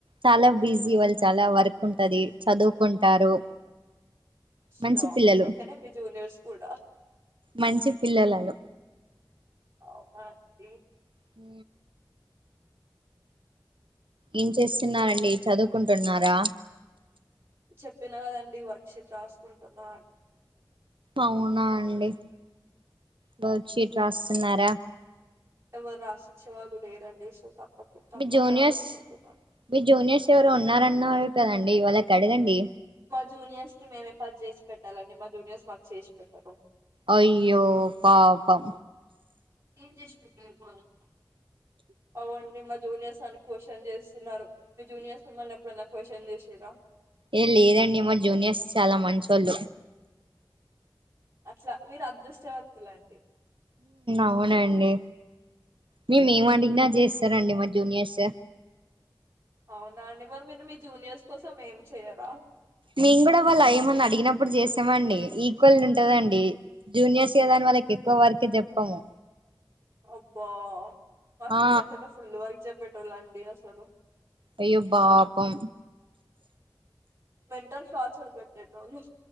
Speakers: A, on the right (about 80°); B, on the right (about 30°).
A: చాలా బిజీ వాళ్, చాలా వర్క్ ఉంటది, చదువుకుంటారు.
B: <unintelligible>
A: మంచి పిల్లలు
B: మీ లెక్కనే మీ జూనియర్స్ కూడా
A: మంచి పిల్లలలు
B: అవునా ఏ
A: హ ఏం చేస్తున్నారంండి చదువుకుంటున్నారా
B: చెప్పిన కదండి వర్క్ ీట్ రాసుకుంటున్నా అని
A: అవునా అండి బ చీట్ రాస్తున్నారా?
B: ఎవ్వరు రాసిచ్చే వాళ్ళు లేరండి, సో తప్పక తప్పక
A: మీ జూనియర్స్,
B: రాసుకుంటున్నా
A: మీ జూనియర్స్ ఎవరో ఉన్నారన్నారు కదండ్ డి వాళ్ళకడగండి?
B: మా జూనియర్స్ కి, మేమే పని చేసి పెట్టాలండి. మా జూనియర్స్, మాకు చేసి పెట్టరు.
A: అయ్యో పాపం.
B: ఏం చేసి పెట్టలండి పొరగాళ్ళక్ అవునండి, మా జూనియర్స్ క్ క్వశ్చన్ చేస్తున్నారు? మీ జూనియర్స్ మిమ్మల్ని ఎప్పుడూ అన్న క్యూషన్ చేసిరా
A: ఏ లేదండి మా జూనియర్స్ చాలా మంచి వాళ్ళు
B: అట్లా మీరు అదృష్టవంతులు అండి
A: అవునండి మేముేమి అడిగినా చేస్తారంండి మా జూనియర్స్
B: అవున అండి మరి మీరు మీ జూనియర్స్ కోసం ఏం చెయరా
A: మేము కూడా వాళ్ళు ఏమన్న అడిగినప్పుడు చేసామండి ఈక్వల్ ఉంటదండి జూనియర్స్ కదాని వాళ్ళకి ఎక్కువ వర్క్ చెప్పము
B: అబ్బా మా సీనియర్స్
A: ఆ
B: ఇతే ఫుల్ వర్క్ చెప్ పెటోలాండి అసలు
A: అయ్యో బాపం
B: మెంటల్ షార్స్ పెట్టేటోల్లు